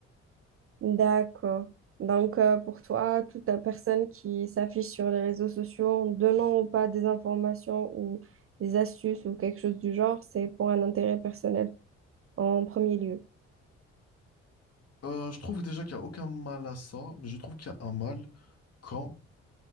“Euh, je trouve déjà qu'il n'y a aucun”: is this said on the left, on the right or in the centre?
Left